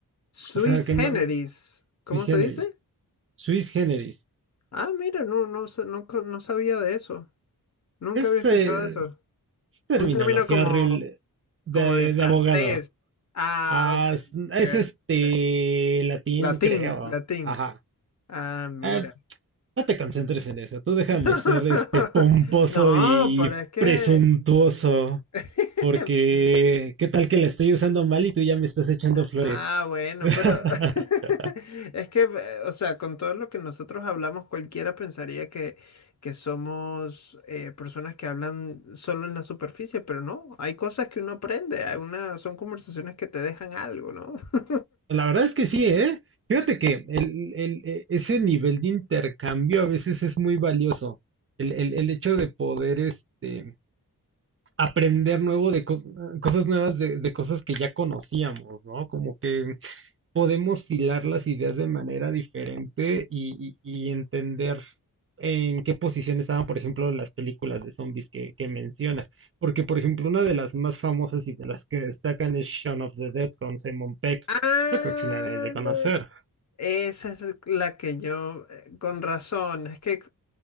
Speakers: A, on the left (about 50°); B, on the right (about 40°).
A: Swiss
B: O sea, que
A: generis.
B: no,
A: ¿Cómo
B: sui generis,
A: se dice?
B: suis generis.
A: Ah, mira, no, no, sa- no, co- no sabía de eso. Nunca
B: Es,
A: había escuchado
B: eh,
A: eso.
B: es terminología
A: Un término como,
B: horrible de,
A: como de francés.
B: de abogado.
A: Ah,
B: Ah,
A: ok.
B: es, es
A: ok,
B: este
A: ok.
B: latín,
A: Latín,
B: creo.
A: latín.
B: Ajá.
A: Ah, mira.
B: Ah, no te concentres en eso. Tú déjame
A: <laughs>
B: ser este pomposo
A: No,
B: y
A: pero es que,
B: presuntuoso.
A: <laughs>
B: Porque,
A: <laughs>
B: ¿qué tal que la estoy usando mal y tú ya me estás echando flores?
A: Ah, bueno,
B: <laughs>
A: pero <laughs> es que, eh, o sea, con todo lo que nosotros hablamos, cualquiera pensaría que, que somos eh, personas que hablan solo en la superficie, pero no, hay cosas que uno aprende, hay una, son conversaciones que te dejan algo, ¿no? <laughs>
B: La verdad es que sí, ¿eh? Fíjate que el, el- e- ese nivel de intercambio a veces es muy valioso. El, el- el hecho de poder este, aprender nuevo de co- cosas nuevas de, de cosas que ya conocíamos, ¿no? Como que podemos hilar las ideas de manera diferente y, y- y entender en qué posición estaban, por ejemplo, las películas de zombies que, que mencionas. Porque, por ejemplo, una de las más famosas y de las que destacan es Shaun of the Dead con Simon Peck.
A: Ah,
B: Yo creo que sí la debes de conocer.
A: esa es la que yo, eh, con razón, es que eh,